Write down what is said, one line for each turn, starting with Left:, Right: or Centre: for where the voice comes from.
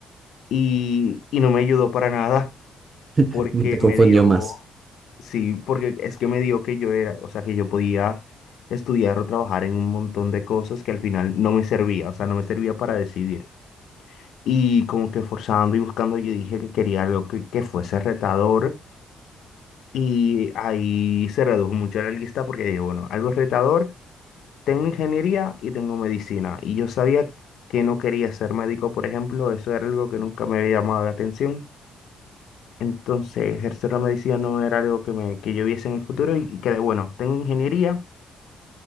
Left: y, y no me ayudó para nada.
Right: <laughs>
Left: porque
Right: te confundió
Left: me dio,
Right: más.
Left: sí, porque es que me dio que yo era, o sea, que yo podía estudiar o trabajar en un montón de cosas que al final no me servía, o sea, no me servía para decidir. Y como que forzando y buscando, yo dije que quería algo que, que fuese retador y ahí se redujo mucho la lista porque dije, bueno, algo retador, tengo ingeniería y tengo medicina. Y yo sabía que no quería ser médico, por ejemplo, eso era algo que nunca me había llamado la atención. Entonces, ejercer la medicina no era algo que, me, que yo viese en el futuro y, que, bueno, tengo ingeniería,